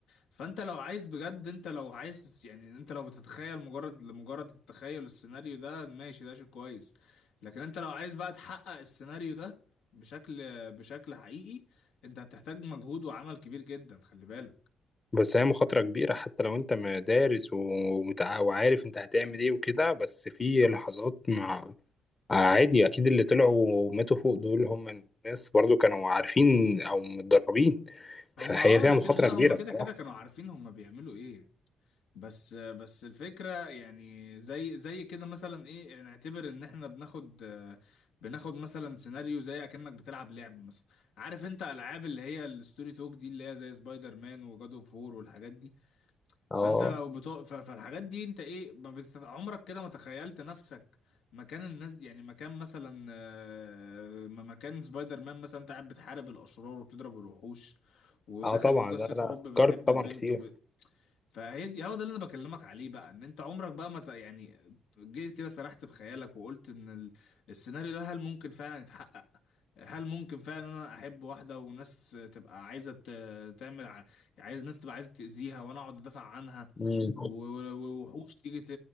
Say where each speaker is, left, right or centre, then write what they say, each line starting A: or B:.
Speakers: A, on the left; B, on the left.
A: فانت لو عايز بجد انت لو عايز يعني انت لو بتتخيل مجرد لمجرد التخيل السيناريو ده ماشي ده شيء كويس لكن انت لو عايز بقى تحقق السيناريو ده بشكل بشكل حقيقي انت هتحتاج مجهود وعمل كبير جدا خلي بالك
B: بس هي مخاطره كبيره حتى لو انت دارس ومتع... وعارف انت هتعمل ايه وكده بس في لحظات مع عادي اكيد اللي طلعوا وماتوا فوق دول هم الناس برضو كانوا عارفين او متدربين فهي
A: هم اه
B: فيها
A: ده
B: مخاطره
A: كده لا
B: كبيره
A: هم كده
B: بصراحه
A: كده كانوا عارفين هم بيعملوا ايه بس بس الفكرة يعني زي زي كده مثلا ايه نعتبر ان احنا بناخد آه، بناخد مثلا سيناريو زي اكنك بتلعب لعب مثلا عارف انت العاب اللي هي الستوري توك دي اللي هي زي سبايدر مان وجاد اوف وور والحاجات دي
B: اه
A: فانت لو بتو... ف- فالحاجات دي انت ايه ما بت... عمرك كده ما تخيلت نفسك مكان الناس دي يعني مكان مثلا آه، م- مكان سبايدر مان مثلا انت قاعد بتحارب الاشرار وبتضرب الوحوش وداخل
B: اه طبعا
A: في قصة
B: لا
A: حب
B: لا فكرت
A: بتحب
B: طبعا
A: البنت
B: كتير
A: وب... فهي دي هو ده اللي انا بكلمك عليه بقى ان انت عمرك بقى ما ت... يعني جيت كده سرحت بخيالك وقلت ان ال... السيناريو ده هل ممكن فعلا يتحقق هل ممكن فعلا انا احب واحده وناس تبقى عايزه ت- تعمل ع- عايز ناس تبقى عايزه تاذيها وانا اقعد ادافع عنها
B: مم.
A: و- و- ووحوش تيجي ت...